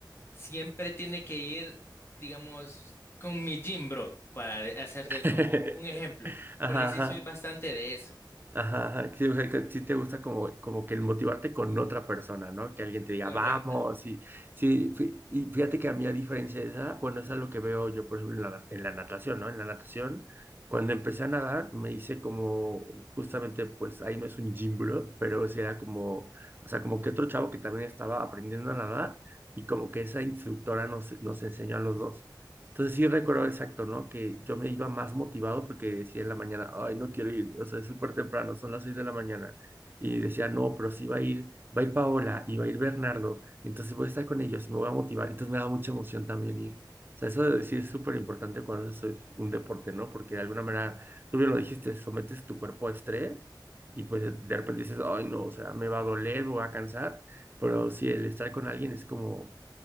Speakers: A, on the left; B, on the right.
A: siempre tiene que ir, digamos, con mi gym bro, para de- hacerte
B: <laughs>
A: como un ejemplo,
B: Ajá,
A: porque sí
B: ajá,
A: soy bastante de eso.
B: ajá, ajá. Sí, o sea, que sí te gusta como, como que el motivarte con otra persona, ¿no? Que alguien te diga,
A: Correcto.
B: vamos, y sí, fí- y fíjate que a mí a diferencia de esa, bueno, eso es lo que veo yo, por ejemplo, en la, en la natación, ¿no? En la natación, cuando empecé a nadar, me hice como, justamente, pues ahí no es un gym bro, pero sí era como, o sea, como que otro chavo que también estaba aprendiendo a nadar y como que esa instructora nos, nos enseñó a los dos. Entonces sí recuerdo exacto, ¿no? Que yo me iba más motivado porque decía en la mañana, ay, no quiero ir, o sea, es súper temprano, son las seis de la mañana. Y decía, no, pero sí va a ir, va a ir Paola y va a ir Bernardo, entonces voy a estar con ellos, me voy a motivar. Entonces me da mucha emoción también ir. O sea, eso de- sí es súper importante cuando eso es un deporte, ¿no? Porque de alguna manera, tú bien lo dijiste, sometes tu cuerpo a estrés y pues de de repente dices, ay, no, o sea, me va a doler, me va a cansar, pero sí, el estar con alguien es como